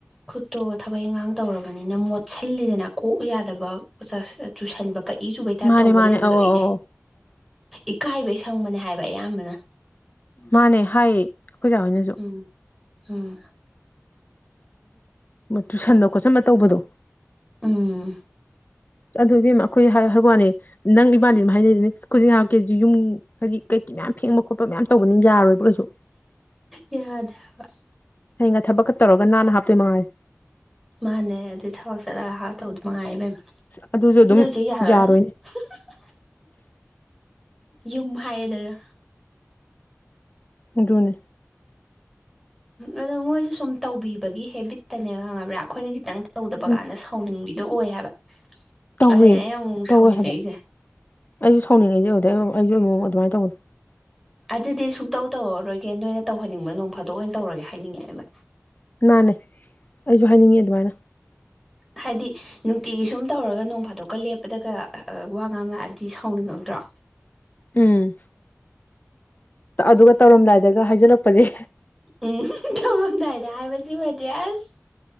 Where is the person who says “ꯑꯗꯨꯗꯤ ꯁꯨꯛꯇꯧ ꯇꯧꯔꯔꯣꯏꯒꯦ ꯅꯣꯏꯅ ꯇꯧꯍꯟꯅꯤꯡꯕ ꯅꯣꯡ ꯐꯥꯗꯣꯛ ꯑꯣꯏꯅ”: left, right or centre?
Centre